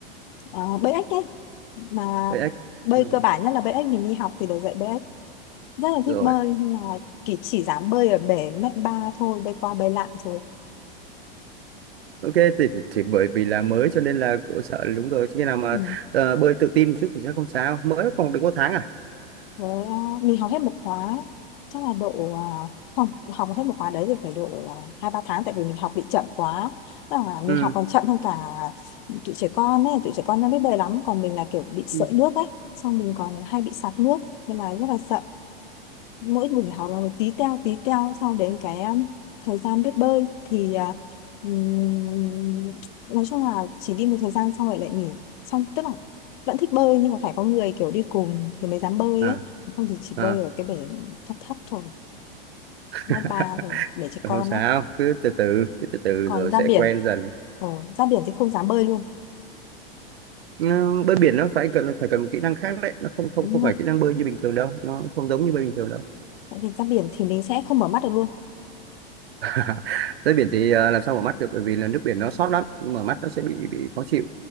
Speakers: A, on the left (about 55°); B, on the right (about 85°).
A: ờ, bơi ếch ấy mà
B: vậy
A: bơi
B: Ừ,
A: cơ bản nhất là bơi ếch mình đi học thì được dạy bơi ếch rất là thích
B: rồi
A: bơi nhưng mà chỉ, chỉ dám bơi ở bể mét ba thôi bơi qua bơi lại rồi
B: Ok thì thì thì bởi vì là mới cho nên là cũng sợ đúng rồi khi nào mà
A: ừ.
B: ờ, bơi tự tin một chút thì sẽ không sao mới còn được một tháng à
A: với uh, mình học hết một khóa chắc là độ uh, không học hết một khóa đấy thì phải độ uh, hai ba tháng tại vì mình học bị chậm quá Tức là mình
B: ừ
A: học còn chậm hơn cả tụi trẻ con ấy tụi trẻ con nó biết bơi lắm còn mình là kiểu bị sợi
B: Ừ.
A: nước ấy xong mình còn hay bị sặc nước nên là rất là sợ mỗi buổi học là một tí teo tí teo sau đến cái um, thời gian biết bơi thì à, ừm, nói chung là chỉ đi một thời gian xong rồi lại nghỉ xong tức là vẫn thích bơi nhưng mà phải có người kiểu đi cùng thì mới dám bơi
B: à
A: ấy không thì chỉ
B: à
A: bơi ở cái bể thấp thấp thôi
B: <laughs>
A: ngã ba rồi để cho
B: không
A: con
B: sao
A: á
B: cứ từ từ cứ từ từ
A: còn
B: rồi
A: ra
B: sẽ
A: biển
B: quen dần
A: ờ, ra biển thì không dám bơi luôn
B: Ừ, bơi biển nó phải cần phải cần một kỹ năng khác đấy nó không không
A: đúng
B: không
A: rồi
B: phải kỹ năng bơi như bình thường đâu nó không giống như bơi bình thường đâu
A: tại vì ra biển thì mình sẽ không mở mắt được luôn
B: <laughs> bơi biển thì ờ, làm sao mở mắt được bởi vì là nước biển nó sót lắm mở mắt nó sẽ bị bị khó chịu